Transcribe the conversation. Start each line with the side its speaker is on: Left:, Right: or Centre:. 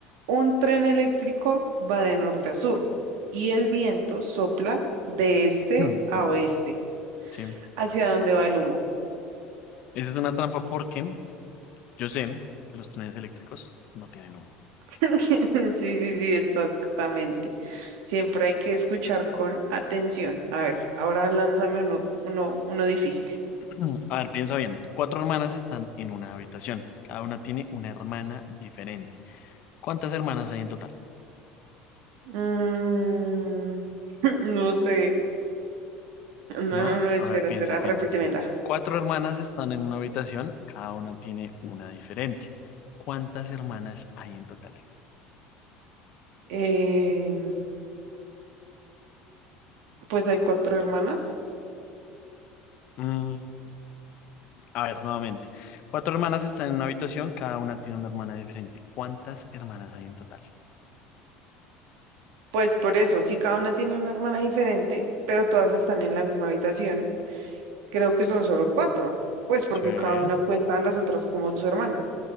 Right: un tren eléctrico va de norte a sur y el viento sopla de este
Left: Mm,
Right: a
Left: Perdón.
Right: oeste.
Left: Sí.
Right: ¿Hacia dónde va el humo?
Left: Esa es una trampa porque yo sé que los trenes eléctricos no tienen humo.
Right: <laughs> Sí, sí, sí, exactamente. Siempre hay que escuchar con atención. A ver, ahora lánzame uno, uno, uno difícil.
Left: <clears throat> A ver, piensa bien. Cuatro hermanas están en una habitación. Cada una tiene una hermana diferente. ¿Cuántas hermanas hay en total?
Right: Mm, <laughs> no sé. No, no,
Left: ¿No?
Right: no, espera,
Left: A ver, piensa,
Right: espera,
Left: piensa.
Right: repítemela.
Left: Cuatro hermanas están en una habitación, cada una tiene una diferente. ¿Cuántas hermanas hay en total?
Right: Eh, pues hay cuatro hermanas.
Left: Mm, a ver, nuevamente. Cuatro hermanas están en una habitación, cada una tiene una hermana diferente. ¿Cuántas hermanas hay en total?
Right: Pues por eso, si cada una tiene una hermana diferente, pero todas están en la misma habitación, creo que son solo cuatro. Pues porque
Left: Sí,
Right: cada una cuenta a las otras como su hermana.